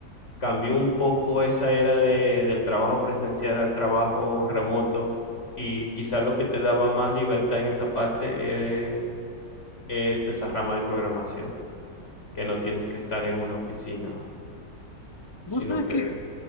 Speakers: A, on the left; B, on the left.
A: cambió un poco esa era de- del trabajo presencial al trabajo remoto y quizás lo que te daba más libertad en esa parte eh, es esa rama de programación, que no tienes que estar en una oficina, sino
B: Vos sabés
A: que...
B: que